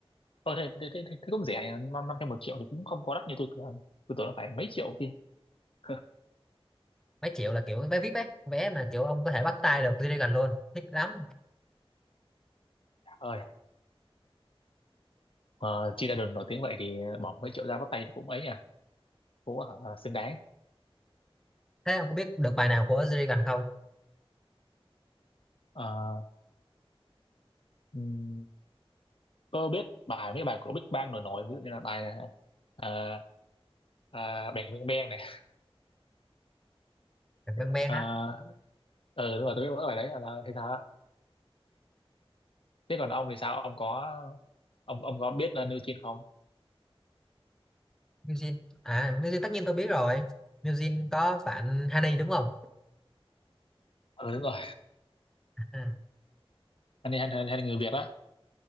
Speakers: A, on the left; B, in the centre.
A: ờ thế, thế, thế, thế cũng rẻ nhỉ năm năm trăm một triệu thì cũng không có đắt như tôi tưởng tôi tưởng là phải mấy triệu chứ <laughs>
B: mấy triệu là kiểu vé VIP ấy vé mà kiểu ông có thể bắt tay được G-Dragon luôn thích lắm
A: ơi mà chi ra đường nổi tiếng vậy thì bỏ mấy triệu ra bắt tay thì cũng ấy nhỉ cũng ờ, xứng đáng
B: thế ông có biết được bài nào của G-Dragon không
A: Ờ, ừm, có biết bài mấy bài của Big Bang nổi nổi ví dụ như là bài à, à, Bang Bang Bang này
B: được Ben Ben
A: Ờ,
B: á
A: ừ đúng rồi tôi biết mỗi bài đấy là, là thế sao á thế còn ông thì sao ông có ông ông có biết uh, New Jeans không
B: New Jeans à New Jeans tất nhiên tôi biết rồi New Jeans có bạn Honey đúng không
A: ừ, đúng rồi
B: à.
A: anh anh hay hay người Việt á